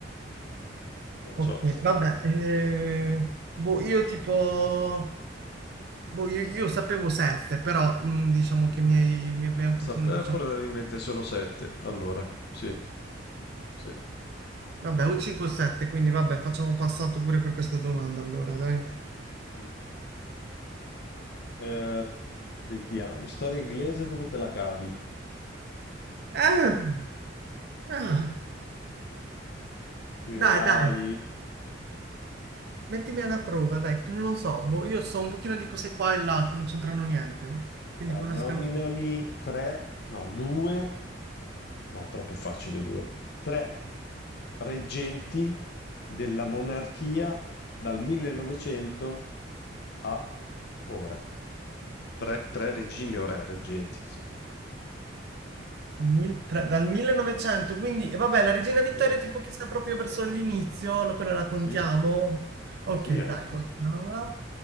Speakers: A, on the left; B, on the right.
A: Non
B: Ok,
A: lo so.
B: vabbè. eh, boh, io tipo... Boh, io, io sapevo 7, però mh, diciamo che mi hai, mi- mi hai un
A: Sta-
B: pochino, diciamo...
A: eh, probabilmente sono sette. Allora, sì, sì.
B: Vabbè, o 5 o 7, quindi vabbè, facciamo passato pure per questa domanda allora, dai.
A: Mm. Eh, vediamo, storia inglese come te la cavi?
B: Ah, ah,
A: Sui
B: dai,
A: reali,
B: dai, mettimi alla prova, dai, che non lo so. Boh, io so un pochino di cose qua e là che non c'entrano niente. Quindi
A: dai,
B: può darsi
A: nominami
B: che lo...
A: tre, no, due No, troppo facile due. Tre reggenti della monarchia dal 1900 a ora. Tre, tre regine o re reggenti. insomma.
B: Dal mil- tra- dal 1900, quindi... E vabbè, la Regina Vittoria
A: Mm,
B: tipo che sta proprio verso l'inizio, lo- quella la contiamo.
A: sì,
B: Ok,
A: sì, eh,
B: dai,
A: sì,
B: continuiamo.
A: sì.